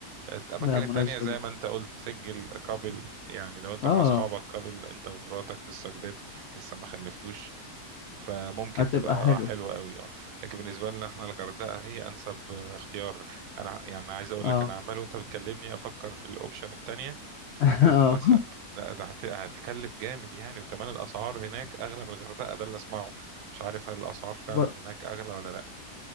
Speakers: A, on the right; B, on the left.
A: الاماكن
B: ده مناسبة
A: التانية زي
B: جدا
A: ما انت قلت سنجل كابل يعني لو انت
B: آه
A: مع اصحابك كابل انت ومراتك لسه جداد لسه ما خلفتوش فممكن
B: هتبقى
A: تبقى
B: حلو
A: حلوة قوي اه لكن بالنسبة لنا احنا الغردقة هي انسب آه، اختيار انا يعني عايز اقول
B: آه
A: لك انا عمال وانت بتكلمني افكر في الاوبشن التانية
B: <laughs>
A: قلت
B: آه
A: مثلا لا ده هت- هتكلف جامد يعني وكمان الاسعار هناك اغلى من الغردقة ده اللي اسمعه مش عارف هل الاسعار فعلا
B: وبر-
A: هناك اغلى ولا لا